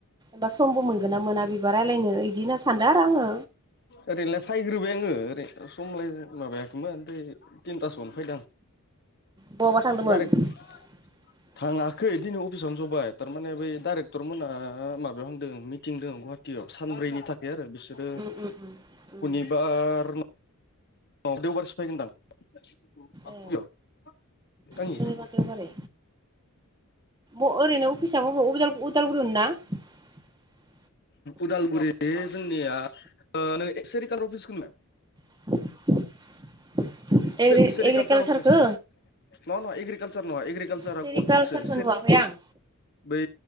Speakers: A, on the right; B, on the left.
A: बा समबो मोनगोन ना मोना बिबार रायज्लायनो बिदिनो सानदों आरो आङो।
B: ओरैनोलाय फैग्रोबाय आङो ओरै समलाय माबायाखैमोन ओमफ्राय थिनथासोआवनो फैदों
A: बहाबा थांदोंमोन
B: आं <unintelligible>
A: <inaudible>
B: थाङाखै दिनै अफिसावनो जाय थारमाने बै डाइरेक्टर मोनहा माबायाव हांदों मिथिं हाटीयाव सानब्रैनि थाखाय आरो बिसोरो
A: अ उम उम
B: सुनिबार
A: उम उम
B: औ देवबारसो फैगोनदां <unintelligible>
A: ए
B: आंनि
A: सुनिबार देवबारै ओरैनो अफिस म मबावाव उदालगुरिआवनो ना <inaudible>
B: उदालगुरि जोंनिया नों एकसेरिकालार अफिसखौ नुबाय
A: <inaudible> एग्रिकालसारखौ
B: से सेेरिकालचार अफिस नङा नङा एग्रिकालचार नङा एग्रि कालचारा
A: सेरिकालसारखौ
B: कर्डथिंसो सेरि
A: नुवाखै आं
B: बै